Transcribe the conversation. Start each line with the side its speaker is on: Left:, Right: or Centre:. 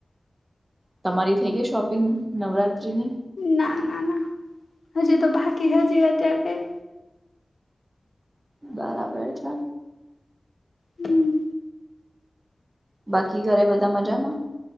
Right: તમારી થઈ ગઈ શોપિંગ નવરાત્રીની?
Left: ના ના ના હજી તો બાકી હજી અત્યારે કઈ
Right: બરાબર છે.
Left: હમ
Right: બાકી ઘરે બધા મજામાં?